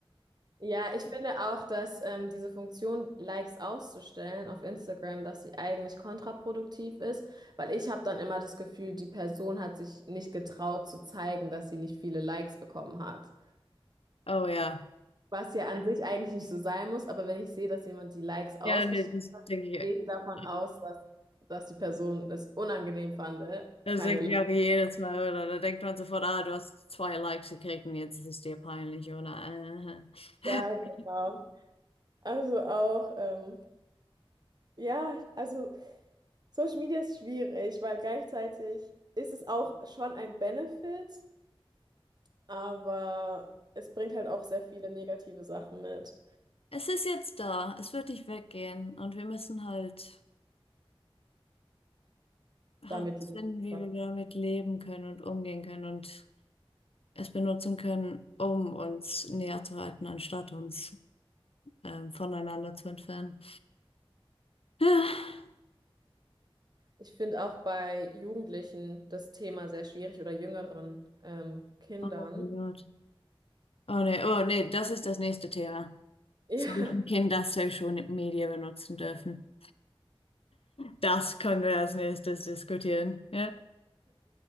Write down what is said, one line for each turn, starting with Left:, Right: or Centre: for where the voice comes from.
Right: Ja, ich finde auch, dass ähm, diese Funktion, Likes auszustellen auf Instagram, dass sie eigentlich kontraproduktiv ist, weil ich habe dann immer das Gefühl, die Person hat sich nicht getraut zu zeigen, dass sie nicht viele Likes bekommen hat.
Left: Oh ja.
Right: Was ja an sich eigentlich nicht so sein muss, aber wenn ich sehe, dass jemand die Likes ausgestellt
Left: Ja, nee, das denke
Right: hat,
Left: ich.
Right: gehe ich davon aus,
Left: ja.
Right: dass, dass die Person es unangenehm fand,
Left: Das
Right: keine
Left: denke
Right: Likes.
Left: ich auch jedes Mal, oder? Da denkt man sofort, ah, du hast zwei Likes gekriegt und jetzt ist es dir peinlich, oder? <laughs>
Right: Ja,
Left: Äh.
Right: genau. Also auch, ähm, ja, also. Social Media ist schwierig, weil gleichzeitig ist es auch schon ein Benefit, aber es bringt halt auch sehr viele negative Sachen mit.
Left: Es ist jetzt da. Es wird nicht weggehen. Und wir müssen halt herausfinden,
Right: Damit leben
Left: wie
Right: wir.
Left: wir damit leben können und umgehen können und es benutzen können, um uns näher zu halten, anstatt uns ähm, voneinander zu entfernen. <laughs>
Right: Ich finde auch bei Jugendlichen das Thema sehr schwierig oder jüngeren ähm, Kindern.
Left: Ah, Oh mein
Right: <laughs>
Left: Gott. Oh nee, oh nee, das ist das nächste Thema.
Right: Ja.
Left: Sollten Kinder Social Media benutzen dürfen? Das können wir als nächstes diskutieren. Ja?